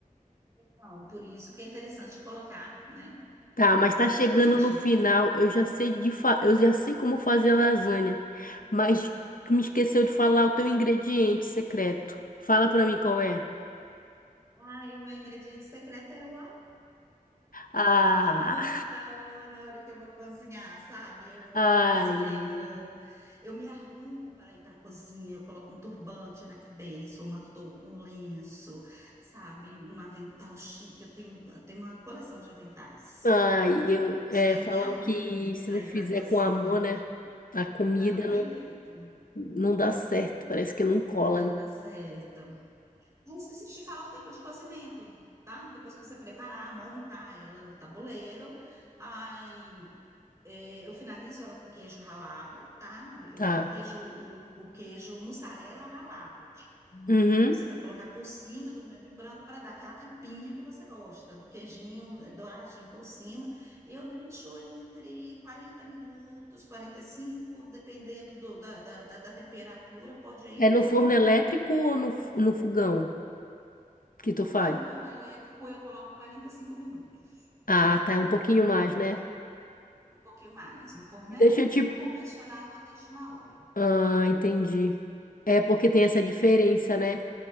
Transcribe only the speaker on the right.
Então, por isso que é interessante colocar, né?
Bastante
queijo.
Ah, e o meu ingrediente secreto é o
Muito amor na hora que eu vou cozinhar, sabe? Eu vou
para a cozinha,
eu vou, eu me arrumo para ir para a cozinha, eu coloco um turbante na cabeça, uma touca, um lenço, sabe? Um avental chique. Eu tenho, eu tenho uma coleção de aventais.
Então, quando
eu vou para a cozinha,
eu
me arrumo
para
ir
para a cozinha.
Não tem jeito,
não
dá certo. Eu esqueci de te falar o tempo de cozimento. Tá? Depois que você preparar, montar ela no tabuleiro, aí É, eu finalizo ela com queijo ralado, tá? Eu,
queijo, o, o queijo mussarela ralado.
Você vai colocar por cima do molho branco para dar aquela capinha que você gosta, do queijinho eh, douradinho por cima. Eu deixo entre 40 minutos, 45, dependendo do- da, da, da da temperatura, pode ir
até
uma hora.
Ah, no forno elétrico eu coloco 45 minutos,
um pouquinho mais, no forno elétrico.
No convencional eu deixo uma hora.